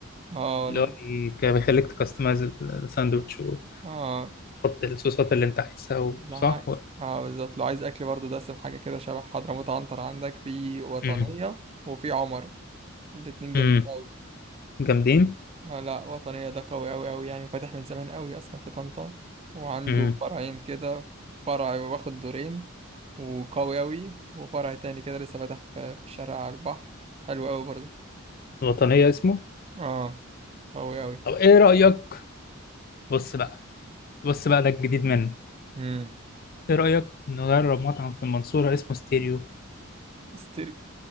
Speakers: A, on the right; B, on the left.
A: اه والله
B: اللي هو بي- كان بيخليك تكستمايز الساندوتش وتحط
A: اه
B: الصوصات اللي أنت عايزها و-
A: لا
B: صح؟
A: عايز اه بالظبط لو عايز أكل برضه دسم حاجة كده شبه حضرموت عنتر عندك في وطنية
B: امم
A: وفي عمر الاتنين جامدين
B: امم
A: أوي
B: جامدين
A: آه لا وطنية ده قوي أوي أوي يعني فاتح من زمان أوي أصلا في طنطا وعنده
B: امم
A: فرعين كده فرع واخد دورين وقوي أوي وفرع تاني كده لسه فاتح في في الشارع على البحر حلو أوي برضه
B: الوطنية اسمه
A: اه قوي أوي
B: طب إيه رأيك؟ بص بقى بص بقى ده الجديد منه
A: امم
B: إيه رأيك نجرب مطعم في المنصورة اسمه ستيريو
A: ستيريو